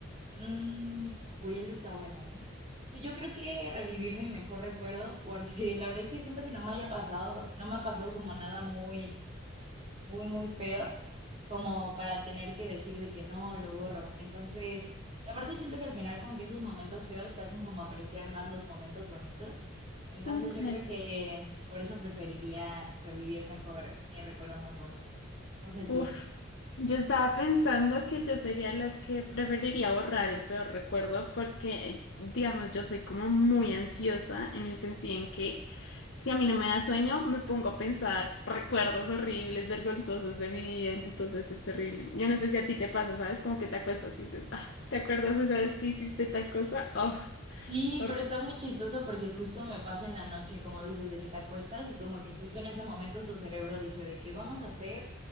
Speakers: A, on the right (about 35°); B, on the left (about 60°).
A: Mm, uy, esa está buena, ¿eh? Pues yo creo que revivir mi mejor recuerdo porque <laughs> la verdad es que siento que no me haya pasado, no me ha pasado como nada muy muy, muy feo como para tener que decir de que no, lo borro. Entonces, y aparte siento que al final como que esos momentos feos te hacen como apreciar más los momentos bonitos. Entonces
B: Ok.
A: yo creo que por eso preferiría revivir mejor mi recuerdo más bonito. No sé tú.
B: Ok. Yo estaba pensando que yo sería las que preferiría borrar el peor recuerdo porque, digamos, yo soy como muy ansiosa en el sentido en que si a mí no me da sueño, me pongo a pensar recuerdos horribles, vergonzosos de mi vida, entonces es terrible. Yo no sé si a ti te pasa, ¿sabes? Como que te acuestas y dices, ah, ¿te acuerdas esa vez que hiciste tal cosa? Oh,
A: Sí,
B: hor-
A: pero está muy chistoso porque justo me pasa en la noche, como dices, de que te acuestas y como que justo en ese momento tu cerebro dice de que vamos a hacer